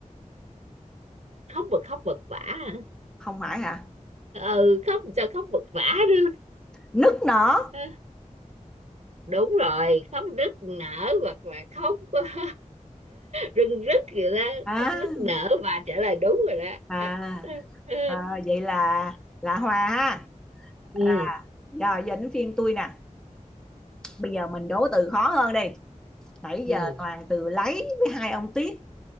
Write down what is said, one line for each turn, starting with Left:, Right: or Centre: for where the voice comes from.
Right: khóc và khóc vật vã hả?
Centre: không phải hả
Right: ừ khóc sao khóc vật vã được
Centre: nức nở
Right: Ờ, đúng rồi khóc nức nở hoặc là khóc <laughs> rưng rức gì đó
Centre: à
Right: khóc nức nở và trả lời đúng rồi đó
Centre: à,
Right: Ờ, ờ, ờ.
Centre: à vậy là là hòa ha à,
Right: ừ
Centre: rồi giờ đến phiên tôi nè bây giờ mình đố từ khó hơn đi nãy
Right: ừ
Centre: giờ toàn từ lấy với hai ông Tiết